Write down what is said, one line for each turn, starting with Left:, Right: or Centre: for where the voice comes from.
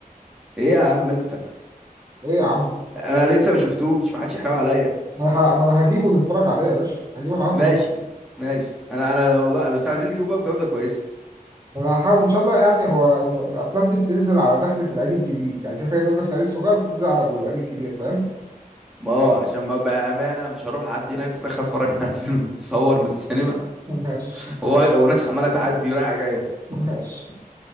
Centre: ايه يا عم انت
Right: ايه يا عم
Centre: انا لسه ما شفتوش ما حدش يحرق عليا
Right: ما انا ه... ما انا هجيبه نتفرج عليه يا باشا هجيبه هحضر
Centre: ماشي ماشي انا انا والله بس عايزين نجيبه بقى بجودة كويسة
Right: انا هحاول ان شاء الله يعني هو الم... الافلام دي بتنزل على دخلة العيد الجديد يعني شوف هي نازله في العيد الصغير بتنزل على العيد الكبير فاهم
Centre: ما هو عشان ما بأمانة مش هروح لحد هناك وفي الآخر أتفرج على <laughs> فيلم متصور من السينما
Right: ماشي
Centre: و- وناس عمالة تعدي رايحة جاية
Right: ماشي